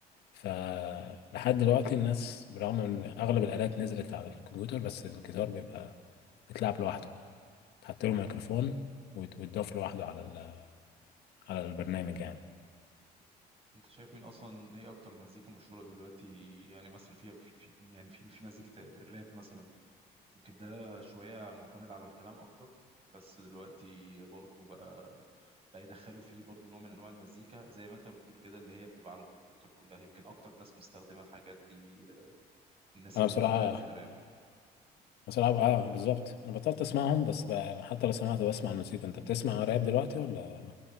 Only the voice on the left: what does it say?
ف لحد دلوقتي الناس برغم ان اغلب الالات نزلت على الكمبيوتر بس الجيتار بيبقى بتلعب لوحده تحط له ميكروفون وت- ويتضاف لوحده على ال... على البرنامج يعني
انا
بصراحه
بصراحة اه بالظبط انا بطلت اسمعهم بس بقى يعني حتى لو سمعت بسمع الموسيقى انت بتسمع راب دلوقتي ولا